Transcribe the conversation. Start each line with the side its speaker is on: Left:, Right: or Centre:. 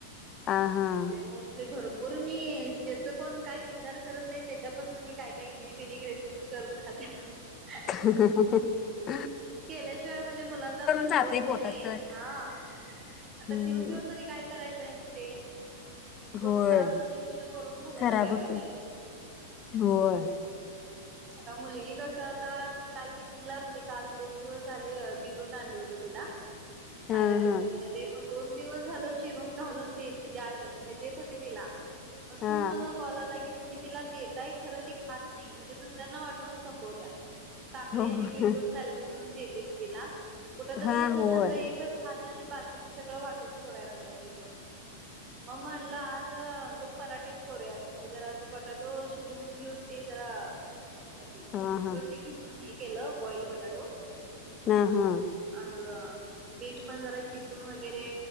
Left: हां, हां.
Right: म्हणजे मोस्टली भरपू र मी, ज्याच कोण काही विचार करत नाही त्याच्यापासून मी काय, काय युनिक, युनिक रेसिपीज करून खात <inaudible>
Left: हहहहह
Right: केल्याशिवाय म्हणजे मुलांना पण
Left: जाते
Right: हे होत नाही
Left: पोटात
Right: नाई,
Left: तर.
Right: हां. आता
Left: हं.
Right: ठेवून, ठेवून तरी काय करायचंय मग तेऽऽ उगच
Left: होय.
Right: खराब होण्यापेक्षा करून खालेलं
Left: खराब
Right: काय वाईट
Left: होतं.
Right: हाय
Left: होय,
Right: आता मुलगी कसं आता मी काल टिफीनला म्हणजे काल दोन दिवस झाले बीटरूट आणलं होत तिलाऽऽ
Left: हां,
Right: खायला टिफिन
Left: हां.
Right: मध्ये मग दोन दिवस झालं चिरून घालून देतऽऽ द्या म्हणजे देत होते तिला मग स्कूल
Left: हां.
Right: मधन कॉल आलाय कीऽऽ तुम्ही तिला देताय खरं, ती खात नाही, म्हणजे दुसऱ्यांना वाटूनच संपवत्या. काकडी
Left: हो,
Right: आणि
Left: हो.
Right: बीटरूट सॅलेड म्हणून देते मी तिला, कुठ तर
Left: हां,
Right: त्यांच्या
Left: होय.
Right: संग एकच खातऽऽ आणि बाकीच सगळं वाटून सोडाय लागल्या ती म्हणून मग म्हटलं आजऽऽ पराटेच करूयात, मग जरा असं बटाटो शिजवून घेऊन ते जराऽऽ काय म्हणतात ते,
Left: हां,
Right: खिसणीवरती
Left: हां.
Right: खिसून हे केलं. बॉईल बटाटो
Left: हां, हां.
Right: अंऽ बीट पण जरा किसून वगैरे,